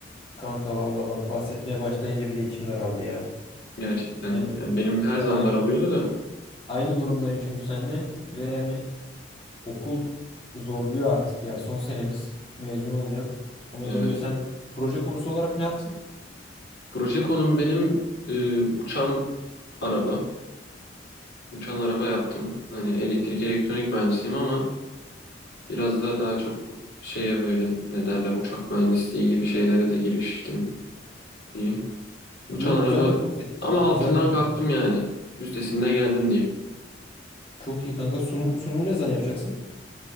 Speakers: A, on the left (about 30°); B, on the left (about 60°).
A: Kanka valla bak bahsetmeye başlayınca bile içim daraldı ya.
B: Gerçekten
A: Yani
B: yani benim
A: cidden
B: her zaman
A: aynı
B: daralıyordu da.
A: aynı durumdayım çünkü seninle ve yani okul zorluyor artık ya. Son senemiz mezun olacağız ama
B: Evet.
A: zorluyor. Sen proje konusu olarak ne yaptın?
B: Proje konum benim e, uçan araba. Uçan araba yaptım. Hani elektrik elektronik mühendisiyim ama Biraz da daha çok şeye böyle ne derler uçak mühendisliği gibi şeylere de giriştim diyeyim. Uçan
A: Yo
B: araba
A: güzel bir konu seçmişsin.
B: ama altından
A: Güzel bir konu
B: kalktım
A: seçmişsin.
B: yani. Üstesinden geldim diyeyim.
A: Çok iyi kanka. Sunum sunumu ne zaman yapacaksın?